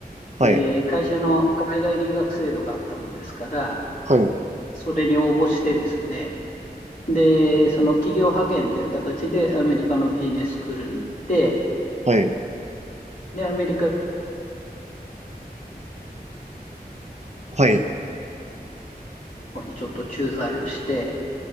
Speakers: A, on the right; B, on the left.
A: はい、
B: えー会社の海外留学制度があったもんですから、
A: はい、
B: それに応募してですね、で、その企業派遣という形でアメリカのビジネススクールに行って、
A: はい、
B: で、アメリカ
A: はい。
B: にちょっと駐在をして、